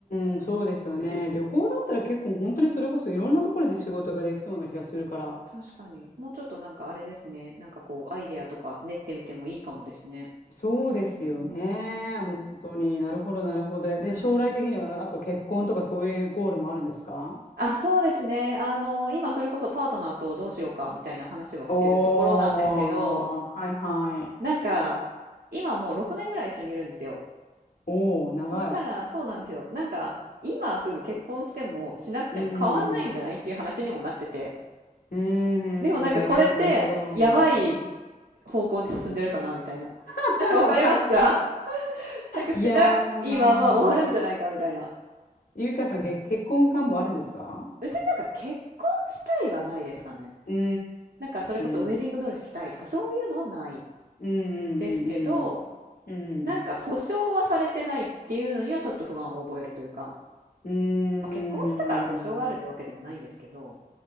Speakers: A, on the left; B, on the right.
A: うーん、そうですよね。
B: うん
A: 旅行だったら結構本当にそれこそいろんなところで仕事ができそうな気がするから。
B: うん確かに。もうちょっとなんかあれですね。なんかこうアイデアとか練ってみてもいいかもですね。
A: そうですよね。
B: うん。
A: 本当になるほどなるほど。で、
B: はい。
A: 将来的にはあと結婚とかそういうゴールもあるんですか
B: あ、そうですね。あの、今それこそパートナーとどうしようかみたいな話はしてるところなんですけど、
A: おー、はいはい。
B: なんか、今もう6年ぐらい一緒にいるんですよ。
A: おー、長い。
B: そしたら、そうなんですよ。なんか、今すぐ結婚してもしなくても変わんないんじゃないっていう話にもなってて。
A: うーん、う
B: でもなんかこれってやばい
A: んうんなるほどなるほど。
B: 方向に進んでるかなみたいな。
A: <laughs>
B: なんかわかりますか
A: わかんな
B: <laughs> なんかしないまま終わるんじゃないかみたいな。
A: いいやー、ゆいかさん、げ結婚願望あるんですか
B: 別になんか結婚したいはないですかね。
A: うん
B: なんかそれこそウェディングドレス着たいとかそういうのはない。
A: うんうんうんうんうんうん
B: ですけど、なんか保証はされてないっていうのにはちょっと不安を覚えるというか、
A: うんうん
B: まあ、結婚したから保証があるってわけでもないんですけど、